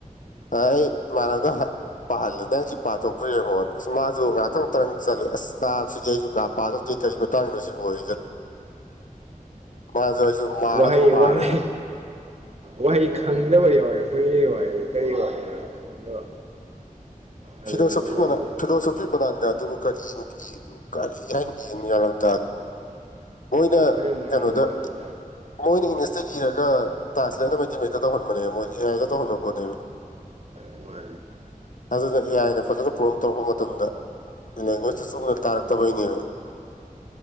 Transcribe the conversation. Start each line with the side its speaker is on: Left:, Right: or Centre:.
Left: ꯑꯩ ꯃꯅꯕꯅ ꯄꯥꯍꯜꯂꯦ ꯅꯪ ꯁꯤ ꯄꯥꯊꯣꯛꯄ꯭ꯔ ꯌꯦꯡꯉꯣꯅ ꯑꯁ ꯃꯥꯁꯨ ꯉꯍꯥꯛꯇꯪ ꯇꯔꯪ ꯆꯠꯂꯦ ꯑꯁ ꯅꯥꯕꯥ ꯁꯤꯗꯤ ꯑꯩꯁꯨ ꯀꯥ ꯄꯥꯊꯣꯛꯇꯦ ꯀꯔꯤ ꯇꯪꯅꯨꯁꯤ ꯑꯣꯏꯗꯅꯤ ꯃꯥꯁꯨ ꯑꯩꯁꯨ ꯃꯥꯔ
Right: ꯋꯥꯍꯩ
Left: ꯑꯗꯨꯝ ꯄꯥꯔꯦ
Right: ꯋꯥꯍꯩ ꯋꯥꯍꯩ ꯈꯪꯗꯕ ꯌꯥꯎꯋꯦ ꯍꯣꯏ ꯋꯥꯍꯩꯗꯨ ꯀꯔꯤ ꯋꯥꯍꯩꯅꯣ ꯈꯪꯗꯕ ꯑꯗꯨꯅꯤ
Left: ꯐꯤꯂꯣꯁꯣꯐꯤ
Right: ꯂꯨꯔꯤꯁꯦ
Left: ꯃꯅꯥ ꯐꯤꯂꯣꯁꯣꯐꯤ ꯕꯅꯥꯟꯒꯗꯨꯕꯨ ꯀꯔꯤꯅ ꯏꯗꯨ ꯀꯔꯤ ꯍꯥꯏꯅ ꯏꯅꯣ ꯒꯌꯥꯟ ꯑꯃ ꯇꯥꯗꯦ ꯃꯣꯏꯅ
Right: ꯑꯩꯈꯣꯏꯅ ꯃꯔꯣꯟ
Left: ꯀꯩꯅꯣꯗ ꯃꯣꯏꯅ ꯏꯪꯂꯤꯁꯇ ꯏꯔꯒ ꯇ꯭ꯔꯥꯟꯁꯂꯦꯠꯅ ꯃꯩꯇꯩ ꯃꯌꯦꯛꯇ ꯇꯧꯍꯟꯕꯅꯦꯕ ꯃꯣꯏꯒꯤ ꯑꯦ ꯑꯥꯏꯗ ꯇꯧꯍꯟꯕ ꯄꯣꯠꯅꯦꯕ
Right: ꯑꯃ
Left: ꯑꯗꯨꯅ ꯑꯦ ꯑꯥꯏꯅ ꯐꯖꯅ ꯄ꯭ꯔꯣꯝ ꯇꯧꯔꯛꯄ ꯃꯇꯝꯗ ꯂꯦꯡꯒ꯭ꯋꯦꯖꯇ ꯆꯨꯝꯅ ꯇꯥꯔꯛꯇꯕꯩꯅꯦꯕ